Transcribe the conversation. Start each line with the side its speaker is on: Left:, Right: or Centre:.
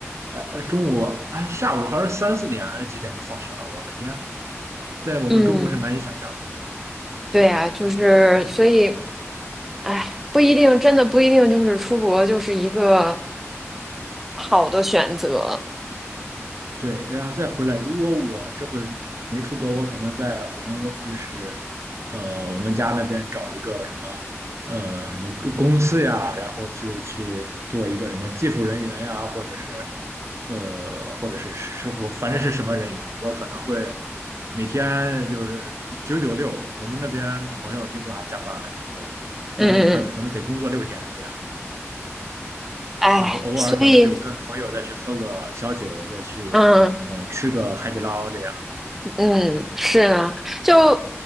Right: 呃，呃中午哎下午还是三四点还是几点就放学了，我的天，在我们中国是难以想象的。
Centre: <laughs> 嗯，对呀，就是所以。哎，不一定，真的不一定，就是出国就是一个好的选择。
Right: 对，然后再回来。如果我这回没出国，我可能在我们就是呃我们家那边找一个什么呃什么个公司呀，然后就去做一个什么技术人员呀，或者是呃或者是师傅，反正是什么人员，我可能会每天就是九九六。我们那边好像我听说还加班，然后一周可可能得工作六天这样。
Centre: 嗯嗯嗯，哎，
Right: 然后偶尔可能就跟朋友再去喝个小酒，
Centre: 所以，
Right: 再去呃吃个海底捞这样。
Centre: 嗯嗯，是啊，就